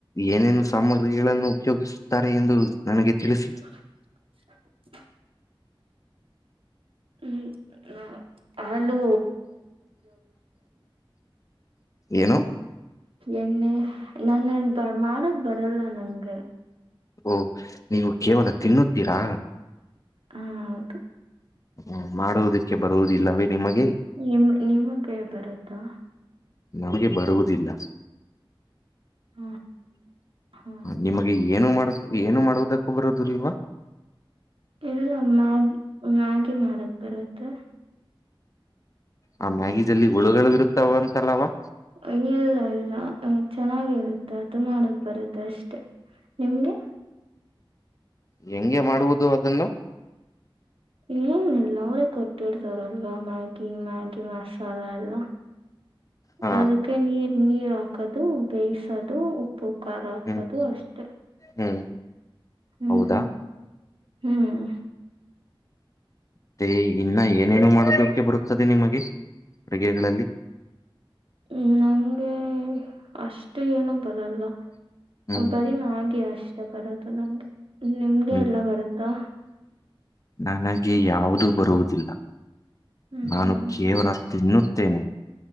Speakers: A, on the left; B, on the right.
A: ಏನೇನು ಸಾಮಗ್ರಿಗಳನ್ನು ಉಪಯೋಗಿಸುತ್ತಾರೆ ಎಂದು ನನಗೆ ತಿಳಿಸ
B: <unintelligible> ಹ್ಮ ಆಲೂ
A: ಏನು
B: ಎಣ್ಣೆ ನಾನು ಬ ಮಾಡಕ್ ಬರಲ್ಲ ನಂಗೆ
A: ಓಹ ನೀವು ಕೇವಲ ತಿನ್ನುತ್ತೀರಾ
B: ಹೌದು
A: ಹ್ಮ ಮಾಡುವುದಿಕ್ಕೆ ಬರುವುದಿಲ್ಲವೇ ನಿಮಗೆ
B: ನಿಮ ನಿಮಗ್ಗೆ ಬರುತ್ತಾ
A: ನಮಗೆ ಬರುವುದಿಲ್ಲ
B: ಹ ಹಾ
A: ನಿಮಗೆ ಏನು ಮಾಡ ಏನು ಮಾಡುವುದಕ್ಕೂ ಬರೋದು ಇಲ್ವಾ
B: ಎಲ್ಲ ಮ್ಯಾಗ ಮ್ಯಾಗಿ ಮಾಡಕ್ ಬರುತ್ತೆ
A: ಆ ಮ್ಯಾಗಿದಲ್ಲಿ ಹುಳುಗಳು ಇರುತ್ತಾವ ಅಂತಲ್ಲವಾ
B: ಇಲ್ಲ ಇಲ್ಲ ಚೆನ್ನಾಗಿರುತ್ತೆ ಅದು ಮಾಡಕ್ ಬರುತ್ತೆ ಅಷ್ಟೆ ನಿಮಗೆ
A: ಹೆಂಗೆ ಮಾಡುವುದು ಅದನ್ನು
B: ಏನಿಲ್ಲ ಅವ್ರೇ ಕೊಟ್ಟಿಡ್ತಾರಲ್ ಮ್ಯಾಗಿ ಮ್ಯಾಗಿ ಮಸಾಲ ಎಲ್ಲ
A: ಹ
B: ಅದಕ್ಕೆ ನೀರ್ ನೀರ್ ಹಾಕದು ಬೇಯಿಸದು ಉಪ್ಪು ಖಾರ ಹಾಕೋದು
A: ಹ್ಮ್
B: ಅಷ್ಟೇ
A: ಹ್ಮ್
B: ಹ್ಮ್
A: ಹೌದಾ
B: ಹ್ಮ್ ಹ್ಮ್
A: ಮತ್ತೆ ಇನ್ನ ಏನೇನು ಮಾಡೋದಕ್ಕೆ ಬರುತ್ತದೆ ನಿಮಗೆ ಅಡುಗೆಗಳಲ್ಲಿ
B: ಹ್ಮ ನಂಗೆ ಅಷ್ಟು ಏನ ಬರಲ್ಲ
A: ಹ್ಮ್
B: ಬರಿ ಹಾಗೆ ಅಷ್ಟೇ ಬರುದು ನಂಗೆ ನಿಮ್ಗೆ
A: ಹ್ಮ್
B: ಎಲ್ಲ ಬರುತ್ತಾ
A: ನನಗೆ ಯಾವುದು ಬರುವುದಿಲ್ಲ
B: ಹ್ಮ್
A: ನಾನು
B: ಹ್ಮ್
A: ಕೇವಲ ತಿನ್ನುತ್ತೇನೆ